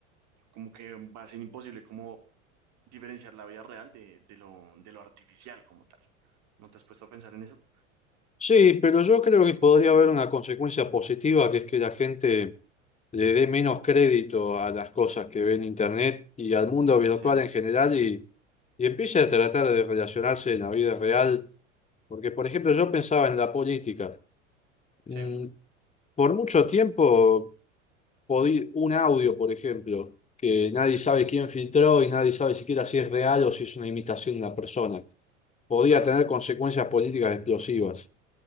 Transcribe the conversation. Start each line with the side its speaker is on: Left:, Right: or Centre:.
Right: como que va a ser imposible como diferenciar la vida real de, de lo, de lo artificial como tal. ¿No te has puesto a pensar en eso?
Left: Sí, pero yo creo que podría haber una consecuencia positiva, que es que la gente le dé menos crédito a las cosas que ve en Internet y al mundo virtual
Right: Sí,
Left: en general y, y empiece a tratar de relacionarse en la vida real. Porque, por ejemplo, yo pensaba en la política. Mm,
Right: sí,
Left: por mucho tiempo, podí- un audio, por ejemplo, que nadie sabe quién filtró y nadie sabe siquiera si es real o si es una imitación de una persona, podía
Right: claro,
Left: tener consecuencias políticas explosivas.